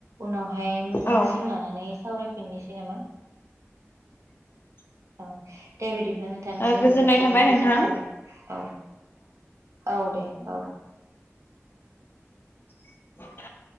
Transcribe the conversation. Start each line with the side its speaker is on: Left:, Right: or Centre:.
Right: उनावहाय मोजां
Left: औ
Right: सम लानानै सावरायफिननोसै नामा?
Left: <inaudible>
Right: औ दे बिदिब्ला नोंथांसिम
Left: ओ गोजोननाय
Right: जोबोर जोबोर
Left: थाबाय
Right: गोजोननाय
Left: नोंथां
Right: थाबाय औ। औ दे औ।
Left: <inaudible>